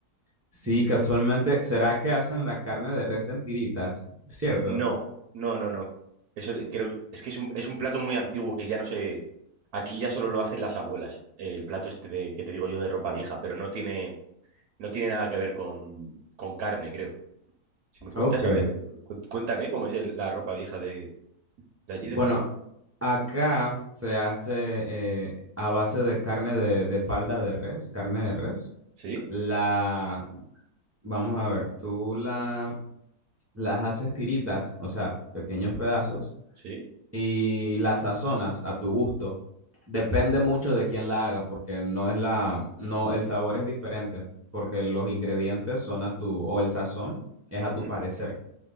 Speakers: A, on the right; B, on the right.
A: sí,
B: ¿eh?
A: casualmente, ¿será que hacen la carne de res en tiritas? ¿Cierto?
B: No, no, no, no. Eso de- creo que es que es un, es un plato muy antiguo que ya no sé. Aquí ya solo lo hacen las abuelas. El plato este de, que te digo yo de ropa vieja, pero no tiene, no tiene nada que ver con, con carne, creo. Si me cuentas,
A: Ok.
B: a ver, cu- cuéntame cómo es el- la ropa vieja de, de allí,
A: Bueno,
B: de Panamá.
A: acá se hace eh, a base de carne de, de falda de res, carne de res.
B: Sí,
A: La, vamos a ver, tú la, las haces tiritas, o sea, pequeños pedazos,
B: sí.
A: y las sazonas a tu gusto. Depende mucho de quién la haga, porque no es la, no, el sabor es diferente, porque los ingredientes son a tu, o el sazón es a
B: ¿Mm?
A: tu parecer,